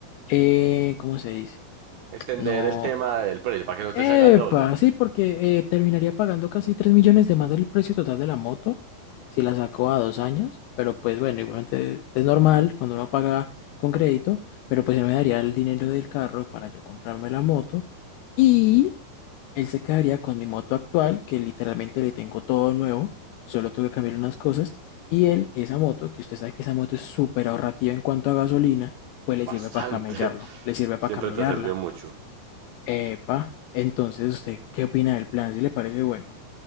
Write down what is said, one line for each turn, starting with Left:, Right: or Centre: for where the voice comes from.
Left: eh, ¿cómo se dice?
Right: Extender
Left: No
Right: el tema del precio para que no
Left: Epa,
Right: te salga el doble.
Left: sí, porque eh, terminaría pagando casi 3 millones de más del precio total de la moto si la saco a dos años, pero pues bueno, igualmente es normal cuando uno paga con crédito, pero pues él me daría el dinero del carro para yo comprarme la moto y él se quedaría con mi moto actual, que literalmente le tengo todo nuevo, solo tengo que cambiar unas cosas, y él, esa moto, que usted sabe que esa moto es súper ahorrativa en cuanto a gasolina, pues le
Right: Bastante.
Left: sirve para camellarlo,
Right: <laughs>
Left: le sirve
Right: Siempre
Left: para camellarla.
Right: te ha servido mucho.
Left: Epa, entonces, ¿usted qué opina del plan? ¿Si le parece bueno? <laughs>